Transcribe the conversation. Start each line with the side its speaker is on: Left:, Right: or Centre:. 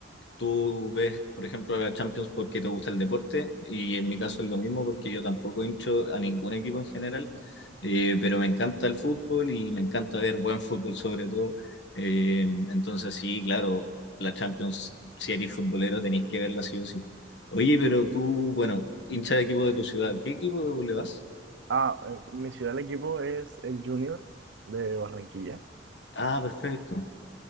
Left: Tú ves, por ejemplo, a la Champions porque te gusta el deporte y en mi caso es lo mismo porque yo tampoco hincho a ningún equipo en general, eh, pero me encanta el fútbol y me encanta ver buen fútbol sobre todo. Eh, entonces sí, claro, la Champions, si eres futbolero tenéis que verla sí o sí. Oye, pero tú, bueno, hincha de equipo de tu ciudad, ¿qué equipo le vas?
Right: Ah, eh, mi ciudad, el equipo es el Junior de Barranquilla.
Left: Ah, perfecto.